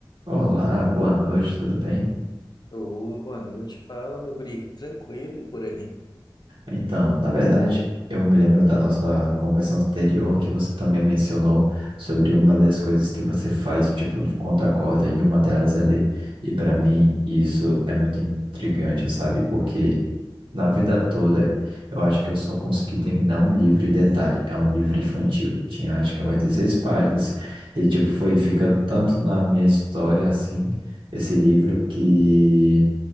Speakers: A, on the right; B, on the left.
A: Olá, boa noite, tudo bem?
B: Ô, boa noite. Fala, meu guri. Tranquilo e por aí.
A: Então, na verdade, eu me lembro da nossa conversa anterior que você também mencionou sobre uma das coisas que você faz, tipo, de quando acorda, e uma delas é ler. E para mim, isso é muito intrigante, sabe? Porque na vida toda, eu acho que eu só consegui terminar um livro, e detalhe, é um livro infantil. Tinha, acho que
B: <laughs>
A: umas 16 páginas, e, tipo, foi ficando tanto na minha história, assim, esse livro que.